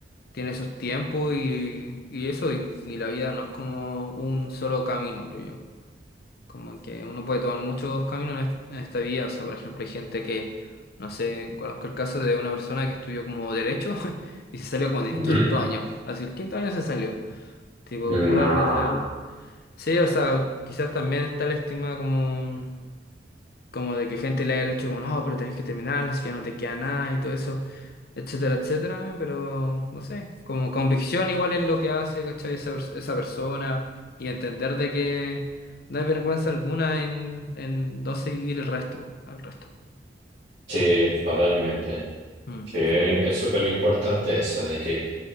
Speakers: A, on the left; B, on the right.
A: tiene sus tiempos y, y eso, y, y la vida no es como un solo camino, creo yo. Como que uno puede tomar muchos caminos en, es- en esta vida, o sea, por ejemplo, hay gente que, no sé, conozco el caso de una persona que estudió como derecho <laughs> y se salió como del
B: ¿Mm?
A: quinto año, así el quinto año se salió, tipo,
B: No,
A: puedo literal. Sí, o sea, quizás también está la estigma como, como de que gente le haya dicho como, no, pero tenés que terminar, si ya no te queda nada y todo eso etcétera, etcétera, pero no sé, como convicción igual en lo que hace, ¿cachai? Esa, pers- esa persona y entender de que no hay vergüenza alguna en, en no seguir el resto, al resto.
B: sí, totalmente.
A: Mm,
B: Sí, es súper importante eso, de que